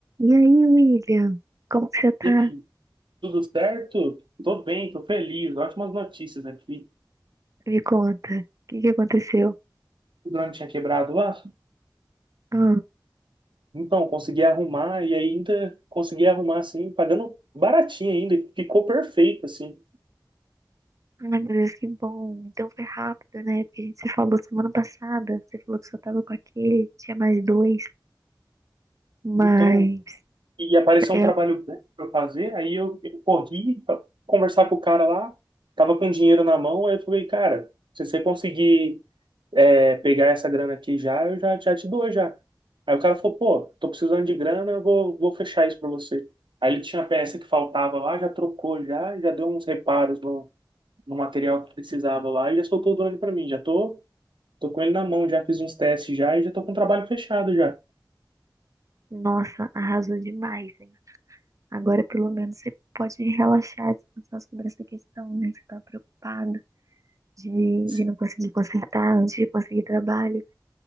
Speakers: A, on the right (about 45°); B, on the right (about 85°).
A: E aí, William? Como que você tá?
B: E aí, tudo certo? Tô bem, tô feliz. Ótimas notícias aqui.
A: Me conta. O que que aconteceu?
B: O drone tinha quebrado lá.
A: Ah,
B: Então, consegui arrumar e ainda consegui arrumar assim, pagando baratinho ainda. e Ficou perfeito, assim.
A: ai, meu Deus, que bom. Então foi rápido, né? Porque a gente se falou semana passada. Você falou que só tava com aquele, tinha mais dois. Mas,
B: Então, e apareceu
A: é,
B: um trabalho né, pra eu fazer. Aí eu, eu corri pra conversar com o cara lá. Tava com dinheiro na mão. Aí eu falei, cara, se você conseguir é, pegar essa grana aqui já, eu já, já te dou já. Aí o cara falou, pô, tô precisando de grana, eu vou, vou fechar isso pra você. Aí ele tinha a peça que faltava lá, já trocou já, já deu uns reparos no, no material que precisava lá e já soltou o drone pra mim. Já tô, tô com ele na mão, já fiz uns testes já e já tô com o trabalho fechado já.
A: nossa, arrasou demais, hein? Agora, pelo menos, você pode relaxar, descansar sobre essa questão, né? Que você tava preocupada de,
B: Sim.
A: de não conseguir consertar antes de conseguir trabalho.